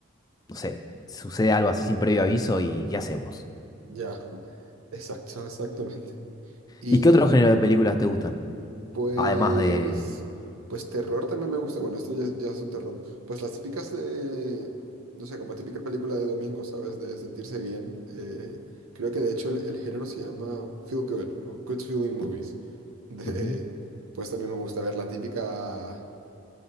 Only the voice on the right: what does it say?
ya, exacto, <laughs> exactamente. Y
pues,
pues terror también me gusta, bueno, esto ya, es- ya es un terror. Pues las típicas de, no sé, como típica película de domingo, ¿sabes? De sentirse bien. eh, creo que de hecho el, el género se llama Feel Good o Good Feeling Movies. De-
pues también me gusta ver la típica,